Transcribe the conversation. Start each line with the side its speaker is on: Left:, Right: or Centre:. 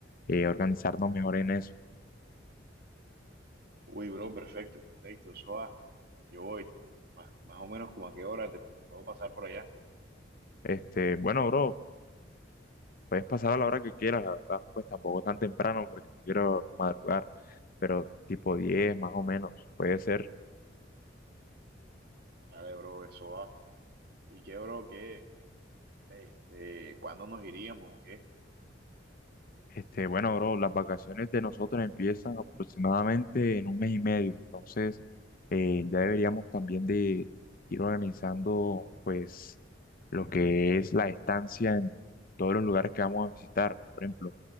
Left: eh, organizarnos mejor en eso.
Right: Uy, bro, perfecto, perfecto, eso va, yo voy, más, más o menos como a qué hora te puedo pasar por allá.
Left: Este, bueno, bro, puedes pasar a la hora que quieras, la verdad, pues tampoco tan temprano porque no quiero madrugar, pero tipo 10 más o menos, puede ser.
Right: Dale, bro, eso va. ¿Y qué, bro, qué? Este, ¿cuándo nos iríamos o qué?
Left: Este, bueno, bro, las vacaciones de nosotros empiezan aproximadamente en un mes y medio, entonces eh, ya deberíamos también de ir organizando pues lo que es la estancia en todos los lugares que vamos a visitar, por ejemplo,